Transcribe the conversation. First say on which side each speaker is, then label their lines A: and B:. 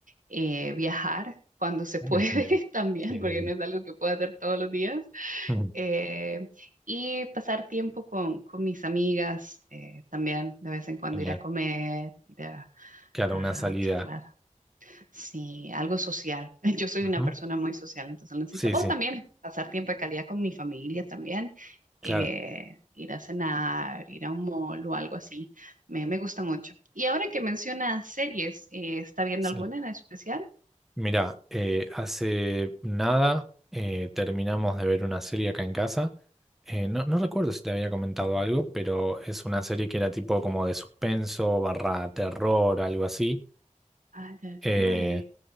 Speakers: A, on the right; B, in the centre.
A: Eh, viajar cuando se
B: Uy,
A: puede
B: bien.
A: <laughs> también,
B: Sí, sí,
A: porque no
B: sí. <laughs>
A: es algo que pueda hacer todos los días.
B: Mm.
A: Eh, y pasar tiempo con, con mis amigas eh, también, de vez en cuando
B: Genial.
A: ir a comer, ir a
B: Claro,
A: a
B: una salida.
A: charlar. Sí, algo social. <laughs> Yo soy
B: Ujú.
A: una persona muy social, entonces lo necesito.
B: Sí,
A: O
B: sí,
A: también pasar tiempo de calidad con mi familia también.
B: claro.
A: eh, ir a cenar, ir a un mall o algo así. Me, me gusta mucho. Y ahora que menciona series, eh, ¿está viendo
B: Sí.
A: alguna en especial?
B: Mirá, eh, hace nada eh, terminamos de ver una serie acá en casa. Eh, no, no recuerdo si te había comentado algo, pero es una serie que era tipo como de suspenso, barra terror, algo así.
A: Ay, ay,
B: Eh,
A: ay.